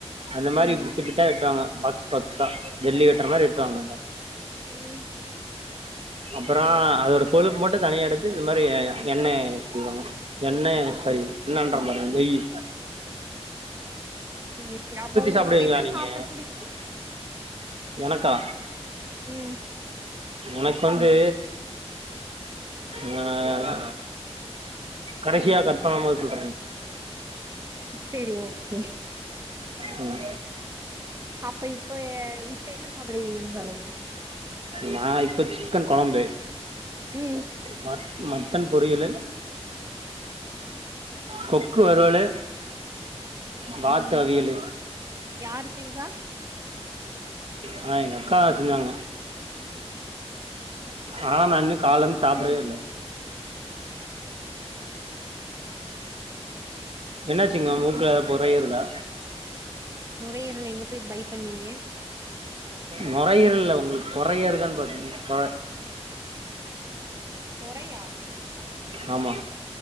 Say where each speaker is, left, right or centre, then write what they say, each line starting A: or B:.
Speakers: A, on the right; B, on the right.
A: அந்த மாரி
B: ம்
A: பிட்டு பிட் ட்டா வெட்டுவாங்க பாக்ஸ் பாக்ஸா ஜெல்லி வெட்டுற மாரி வெட்டுவாங்க
B: ம்
A: அப்புறோ அதோட கொழுப்பு மட்டும் தனியா எடுத்து இந்த மாரி எண்ணெய் செய்வாங்க எண்ணெய் சை எண்ணென்ற பாரு நெய்யி
B: சேரி சேரி அப்ப உங்களுக்கு
A: சாப்டுவீங்களா
B: என்ன
A: நீங்க
B: சாப்பிட பிடிக்கு
A: எனக்கா
B: ம்
A: எனக்கு வந்து ஆ கடைசியா கட் பண்ணும் போது சொல்றே
B: சேரி ஓகே
A: ம்
B: அப்ப இப்ப இப்ப என்ன சாப்டுவீங்க சொல்லுங்க
A: நா இப்ப சிக்கன் கொழம்பு
B: ம்
A: ம மட்டன் பொரியலு
B: உம்
A: கொக்கு வருவலு வாத்து
B: ஆ
A: அவியலு
B: யாரு செஞ்சா
A: ஆனா எங்க அக்கா செஞ்சாங்க ஆனா நா இன்னு காலைல இருந்து சாப்டவே இல்ல என்னாச்சுங்க மூக்குல எதா பொற ஏருதா
B: நுரையீரல் எங்க போய் பை பண்ணீங்க
A: நுறையீரல் இல்ல உங்ளுக் பொறயேருதா பாத்த பொற
B: கொறையா
A: ஆமா